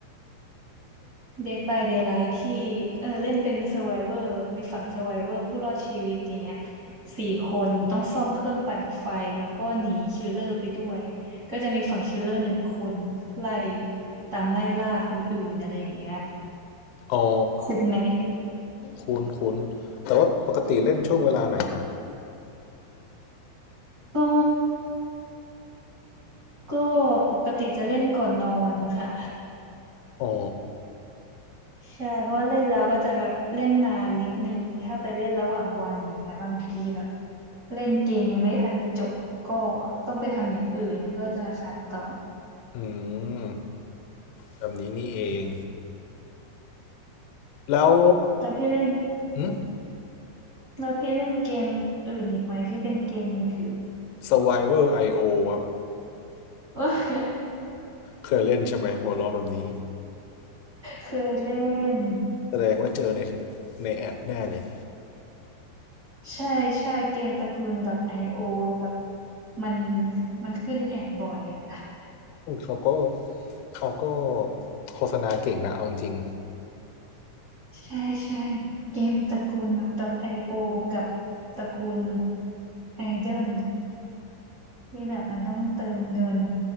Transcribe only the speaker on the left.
อ๋อ
คุ้นคุ้นแต่ว่าปกติเล่นช่วงเวลาไหนอะ
อ๋อ
อืมแบบนี้นี่เองแล้ว
หึ
Survivor IO ครับ
เคยเล่นใช่ไหมหัวล้อแบบนี้
แสดงว่าเจอในในแอดแน่เลย
อืมเขาก็เขาก็โฆษณาเก่งนะเอาจริง